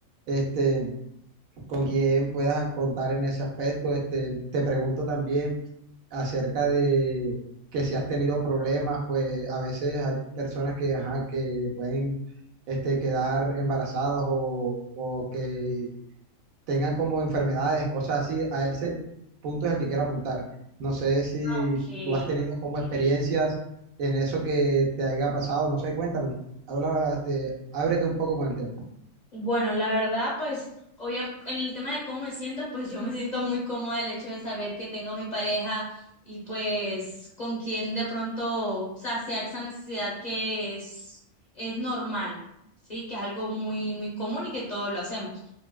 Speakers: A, on the right; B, on the left.
A: este, con quien puedas contar en ese aspecto. Este, te pregunto también acerca de que si has tenido problemas, pues, a veces hay personas que, ajá, que pueden, este, quedar embarazadas o, o que tengan como enfermedades, cosas así, a ese punto es el que quiero apuntar. No sé si
B: Ah, ok.
A: tú has tenido como experiencias en eso que te haya pasado, no sé, cuéntame. Habla, este, ábrete un poco con el tema.
B: Bueno, la verdad, pues, obviamente en el tema de cómo me siento, pues yo me siento muy cómoda el hecho de saber que tengo mi pareja y pues con quien de pronto saciar esa necesidad que es, es normal, ¿sí? Que es algo muy, muy común y que todos lo hacemos.